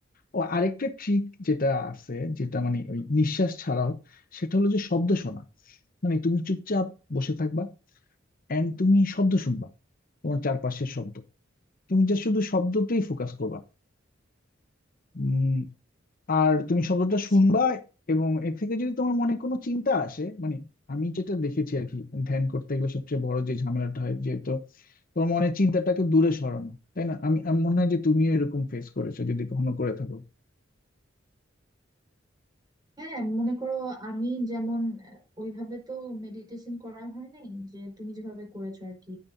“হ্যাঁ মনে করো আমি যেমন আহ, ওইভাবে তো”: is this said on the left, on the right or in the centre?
Right